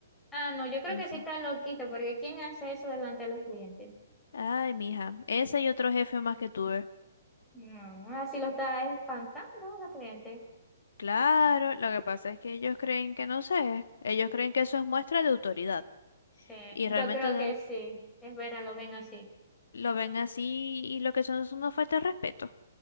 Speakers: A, in the centre; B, on the left.
A: Ah, no, yo creo
B: Ujú.
A: que sí está loquito, porque ¿quién hace eso delante de los clientes?
B: Ay, mija, ese y otro jefe más que tuve.
A: No, así lo está espantando a los clientes.
B: Claro, lo que pasa es que ellos creen que no sé, ellos creen que eso es muestra de autoridad
A: Sí,
B: y
A: yo
B: realmente
A: creo que sí. Es vera, lo ven así.
B: lo ven así y lo que son es una falta de respeto.